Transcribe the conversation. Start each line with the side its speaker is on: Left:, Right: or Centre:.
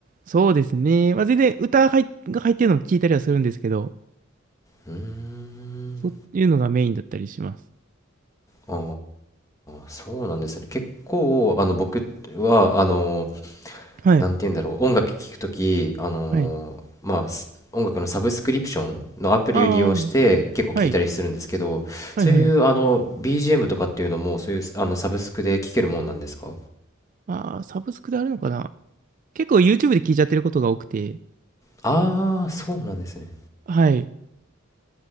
Right: そうですね。まあ、全然歌入っが入ってるのも聞いたりはするんですけど、
Left: うーん。
Right: そういうのがメインだったりします。
Left: ああ、そうなんですね。結構、あの、僕は、あの、
Right: はい、
Left: なんて言うんだろう、音楽聴くとき、あのーまあ、
Right: はい。
Left: す音楽のサブスクリプションのアプリを利用して結構聴いたりするんですけど、
Right: ああ、はい、はい、
Left: そういうあの
Right: はい。
Left: BGM とかっていうのも、そういうあのサブスクで聴けるもんなんですか
Right: ああ、サブスクであるのかな結構 YouTube で聞いちゃってることが多くて、
Left: ああー、そうなんですね。
Right: はい、